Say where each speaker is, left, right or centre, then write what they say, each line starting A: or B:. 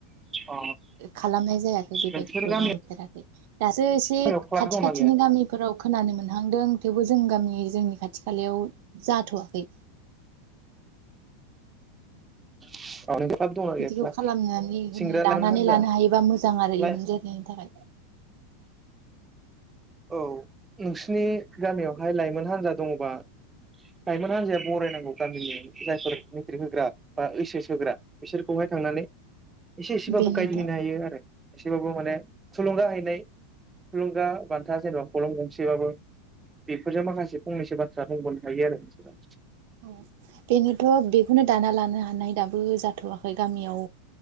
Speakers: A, on the right; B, on the right.
A: अ
B: खालामनाय जायाखै बेबायदिखौ
A: नोंसोर गामियाव
B: नुफेराखै दासो एसे
A: गामियाव क्लाब
B: खाथि
A: दंना
B: खाथिनि
A: गैया
B: गामिफोराव खोनानो मोनहांदों थेवबो जों जों गामि जोंनि खाथि खालायाव जाथ'वाखै।
A: <unintelligible>
B: बिदिखौ
A: क्लाब
B: खालामनानै होनो
A: सेंग्रा
B: दानानै
A: लाइमोन हान्जा
B: लानो हायोबा मोजां आरो
A: लाइ
B: इयुन जोलैनि थाखाय।
A: औ नोंसिनि गामियाव बहाय लाइमोन हान्जा दङबा लाइमोन हान्जाया बरायनांगौ गामिनि जायफोर मेट्रिक होग्रा बा ऐस एस होग्रा बिसोरखौहाय थांनानै। एसे एसेबाबो
B: बेनोथ'
A: गायद हैैनो हायो आरो। एसेबाबो माने थुलुंगा हैनाय थुलुंगा बान्था जेनेबा खल'म गंसेबाबो बेफोरजों माखासे फंनैसो बाथ्रा बुंबोनो हायो आरो नोंसोरा।
B: औ बेनोथ' बे बेखौनो दाना लानो हानाय दाबो जाथ'वाखै गामियाव